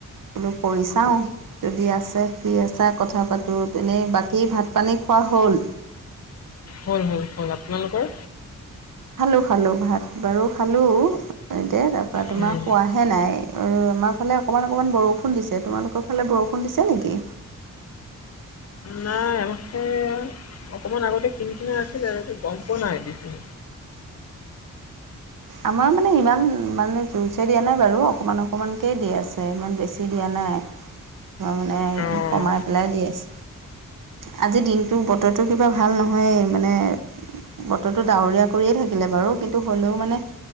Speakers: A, on the right; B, on the left.
A: বোলো কৰি চাওঁ যদি আছে ফ্ৰি আছা কথা পাতো তেনেই বাকী ভাত পানী খোৱা হ'ল
B: হল হল হল আপোনালোকৰ
A: খালো খালো ভাত বাৰু খালো এতিয়া তাৰ পৰা তোমাৰ
B: উম,
A: শুৱা হে নাই আমাৰ ফালে অকণমান অকণমান বৰষুণ দিছে তোমালোকৰ ফালে বৰষুণ দিছে নেকি
B: নাই এফালে অকণমান আগতে কিন কিনাই আছিলে তাৰ পিছত গম পোৱা নাই দিচে
A: আমাৰ মানে ইমান মানে জোৰছে দিয়া নাই বাৰু অকণমান অকণমানকে দি আছে ইমান বেছি দিয়া নাই আমাৰ মানে
B: অ',
A: কমাই পেলাই দি আছে আজিৰ দিনটো বতৰটো কিবা ভাল নহয়ে মানে বতৰটো ডাৱৰীয়া কৰিয়ে থাকিলে বাৰু কিন্তু হ'লেও মানে